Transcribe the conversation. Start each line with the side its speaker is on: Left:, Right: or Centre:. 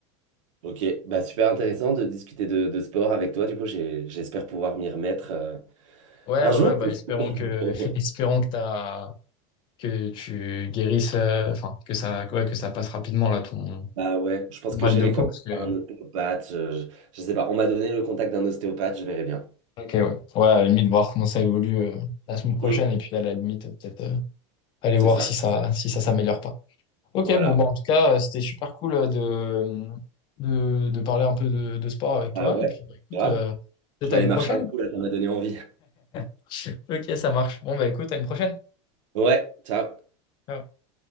Right: Ok, bah, super intéressant de discuter de, de sport avec toi. Du coup, j'ai- j'espère pouvoir m'y remettre euh,
Left: Ouais,
Right: un
Left: ouais,
Right: jour.
Left: ouais, bah espérons
Right: <laughs>
Left: que <laughs> espérons que t'as que tu guérisses, euh, enfin que ça, ouais, que ça passe rapidement là ton
Right: Bah ouais, je pense
Left: mal
Right: que j'irai
Left: de cou
Right: comme
Left: parce que.
Right: un ostéopathe. Je, je- je sais pas, on m'a donné le contact d'un ostéopathe, je verrai bien.
Left: Ok, ouais. Ouais, à la limite voir comment ça évolue euh, la semaine prochaine
Right: Mm.
Left: et puis à la limite peut-être euh, aller
Right: C'est
Left: voir
Right: ça.
Left: si ça si ça s'améliore pas. Ok,
Right: Voilà.
Left: bon, bah, en tout cas, euh, c'était super cool euh, de, de, de parler un peu de, de sport avec toi.
Right: Ah ouais,
Left: Et puis, bah, écoute,
Right: grave.
Left: euh, peut-être
Right: Je vais
Left: à
Right: aller
Left: une
Right: marcher
Left: prochaine.
Right: un coup là, ça m'a donné envie.
Left: <laughs> Ok, ça marche. Bon, bah, écoute, à une prochaine.
Right: Ouais, ciao.
Left: Ciao.